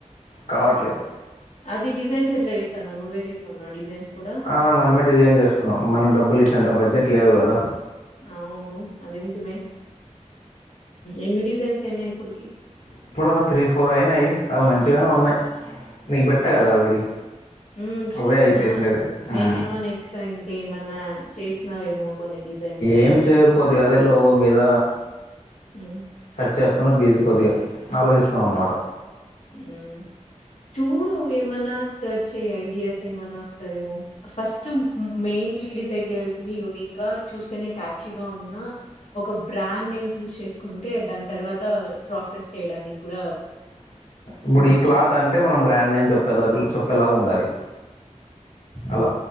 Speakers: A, on the left; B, on the left.
A: కావట్లేదు
B: అది డిజైన్స్ ఎట్లా చేస్తానవు నువ్వే చేస్తున్నావు డిజైన్స్ కూడా?
A: ఆ మనమే డిజైన్ చేస్తున్నాం మనకు డబ్బులచ్చె అంత బడ్జెట్ లేదు గదా
B: అవును అది నించమే ఎన్ని డిజైన్స్ అయినాయి ఇప్పటికి?
A: ఇప్పుడా త్రీ ఫోర్ అయినాయి అవి మంచిగనే ఉన్నాయి. నీకు పెట్ట గదా ఆల్రెడీ
B: మ్ చూసిన
A: అవే ఏసేసిండేది. హ్మ్.
B: నేనేమన్నా ఎక్సట్రా ఇంకేమన్నా చేసినావేమో కొన్ని డిజైన్స్ అని.
A: ఏం చేయలేదు కోద్ది గదే లోగో మీద
B: హ్మ్.
A: సెర్చ్ చేస్తున్న బీజీ కొద్దిగా ఆలోచిస్తాం అన్నమాట
B: మ్ చూడు ఏమన్న సెర్చ్ చెయ్ ఐడియాస్ ఏమన్నా వస్తారేమో ఫస్ట్ మెయిన్లీ డిసైడ్ చేయాల్సింది యూనిక్ గా చూస్తేనే క్యాచిగా ఉన్నా ఒక బ్రాండ్ నేమ్ చూచ్ చేకుంటే దా తర్వాత ప్రాసెస్ చేయడానికి గూడా
A: ఇప్పుడు ఈ క్లాత్ అంటే మనం బ్రాండ్ నేమ్ చెప్పేలా చెప్పేలాగా ఉండాలి. అలా